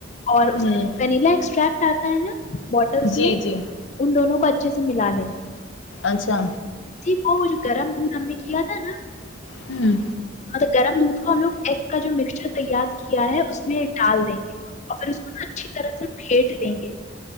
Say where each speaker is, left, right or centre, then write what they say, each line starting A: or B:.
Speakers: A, on the left; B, on the left.
A: اور
B: ہ
A: ونیلا ایککسٹا کہ آتا ہے نا بوٹلس
B: جی
A: میں
B: جی
A: ان دونوں کو اچا اچھے سے ملا لیںے
B: اچھا
A: وہ وہ جو گرم دودھ ہم نے کیا تھا نا
B: ہوں
A: مطلب گرم دودھ کو ہم لوگ ایگ کا جو مکسچر تیار کیا ہے اس میں ڈال دیں گے اور پھر اس کو نا اچھی طرح سے پٹ چلیں گے